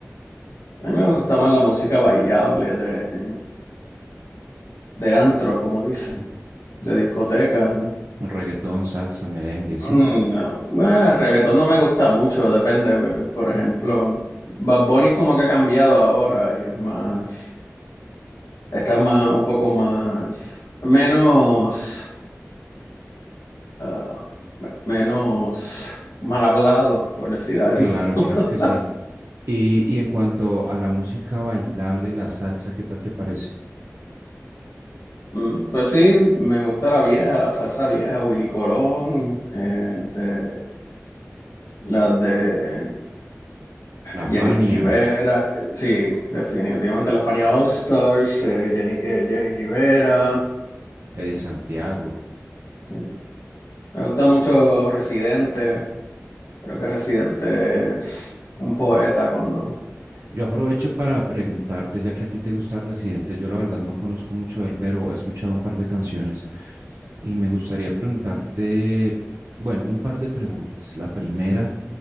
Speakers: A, on the left; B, on the right.
A: A mí me gusta más la música bailable de, de antro, como dicen, de discoteca.
B: Un reggaetón, salsa, merengue, ¿sí?
A: Mm, No, Bueno, el reggaetón no me gusta mucho, depende. eh, Por ejemplo, Bad Bunny como que ha cambiado ahora y es más, está más, un poco más, menos, ah, me- menos mal hablado, por decir algo.
B: Claro,
A: <laughs>
B: claro que sí. Y, y en cuanto a la música bailable, la salsa, ¿qué tal te parece?
A: Mm, Pues sí, me gusta la vieja, la salsa vieja, Willy Colón, eh, de, las de
B: La Fania,
A: Jerry Rivera, eh, sí, definitivamente la Fania All Stars, eh, Jenny- eh, Jerry Rivera.
B: Eddie Santiago.
A: sí. Me gusta mucho Residente. Creo que Residente es un poeta cuando...
B: Yo aprovecho para preguntarte, ya que a ti te gusta Residente, yo la verdad no conozco mucho de él, pero he escuchado un par de canciones y me gustaría preguntarte, bueno, un par de preguntas. La primera,